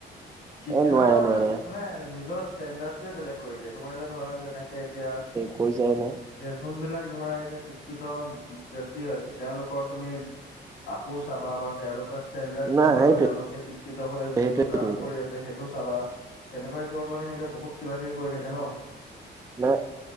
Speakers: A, on the left; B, on the right.
A: শিক্ষাৰ
B: অ নোৱাৰে নোৱাৰে
A: মানে নিজৰ ষ্টেণ্ডাৰ্ড বেলেগ কৰি দিয়ে তোমাৰ এতিয়া ধৰা যেনেকে এতিয়া
B: কৈ যায় না।
A: গ্ৰেজুন বিলাক ধৰা এতিয়া শিক্ষিত উম উম ব্যক্তি হয় তেওঁলোকৰ তুমি কাপোৰ চাবা বা তেওঁলোকৰ ষ্টেণ্ডাৰ্ড
B: নাই
A: চাবা
B: সেইটোৱে
A: তেওঁলোকে শিক্ষিত হৈ যোনটো
B: সেইটোৱে
A: কাম
B: সেইটোৱে
A: কৰি আছে। তাকে সেইটোও চাবা তেনেকুৱা হিচাপত মানে সিহঁতে বহুত কিবা কিবি কৰি থাকে ন।
B: নহয়